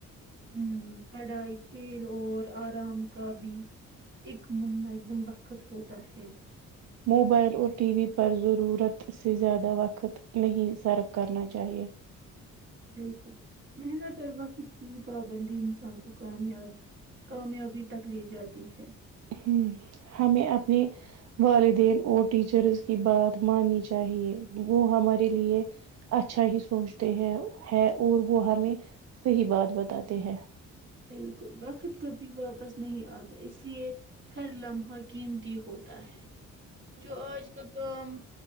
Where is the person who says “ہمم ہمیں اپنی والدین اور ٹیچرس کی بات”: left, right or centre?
Right